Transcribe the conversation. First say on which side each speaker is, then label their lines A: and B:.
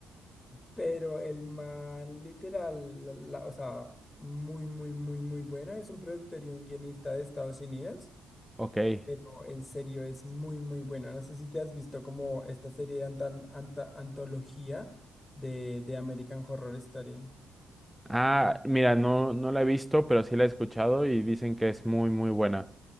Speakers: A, on the left; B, in the centre.
A: pero el man literal, la- la- o sea, muy, muy, muy, muy bueno, es un productor y un guionista de Estados Unidos.
B: Ok.
A: Pero en serio es muy, muy bueno. No sé si te has visto como esta serie de antan- anta- antología de, de American Horror Story.
B: Ah, mira, no, no la he visto, pero sí la he escuchado y dicen que es muy, muy buena.